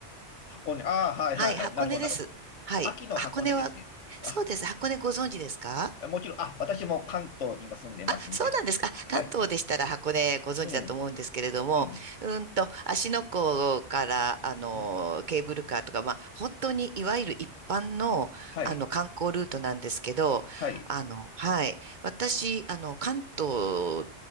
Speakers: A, on the left; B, on the right.
A: 箱根。ああ、はいはいはい。
B: はい、箱根です。
A: なるほど、なるほど。
B: はい。
A: 秋の箱根ですね。
B: 箱根は、そうです。
A: あ、
B: 箱根ご存知ですか
A: もちろん、あ、私も関東に今住んでますんで。
B: あ、そうなんですか。あ関東でしたら箱根ご存知だと思うんですけれども、
A: はい。うん、うん、
B: うんと、芦ノ湖から、あの、
A: うん。
B: ケーブルカーとか、まあ、本当にいわゆる一般の、
A: はい、
B: あの、観光ルートなんですけど、
A: はい、
B: あの、はい。私、あの、関東